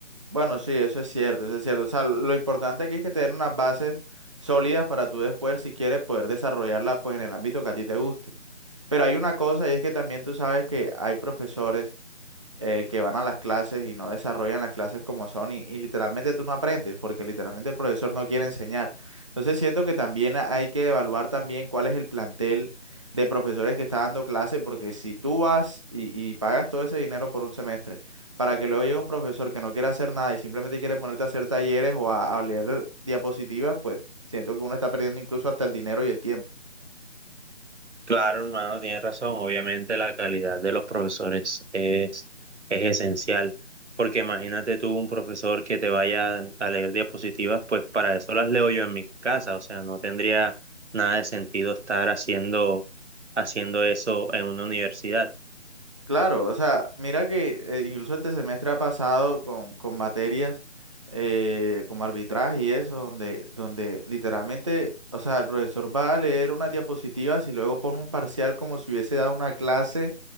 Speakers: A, on the right; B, on the right.
A: Bueno, sí, eso es cierto, eso es cierto. O sea, lo importante aquí es que te den unas bases sólidas para tú después, si quieres, poder desarrollarlas pues en el ámbito que a ti te guste. Pero hay una cosa y es que también tú sabes que hay profesores eh, que van a las clases y no desarrollan las clases como son y, y literalmente tú no aprendes porque literalmente el profesor no quiere enseñar. Entonces siento que también ha- hay que evaluar también cuál es el plantel de profesores que está dando clases porque si tú vas y, y pagas todo ese dinero por un semestre para que luego llegue un profesor que no quiere hacer nada y simplemente quiere ponerte a hacer talleres o a, a leer diapositivas, pues siento que uno está perdiendo incluso hasta el dinero y el tiempo.
B: Claro, hermano, tienes razón. Obviamente la calidad de los profesores es, es esencial, porque imagínate tú un profesor que te vaya a leer diapositivas, pues para eso las leo yo en mi casa, o sea, no tendría nada de sentido estar haciendo, haciendo eso en una universidad.
A: Claro, o sea, mira que eh, incluso este semestre ha pasado con, con materias eh, como arbitraje y eso, donde, donde literalmente, o sea, el profesor va a leer unas diapositivas y luego pone un parcial como si hubiese dado una clase,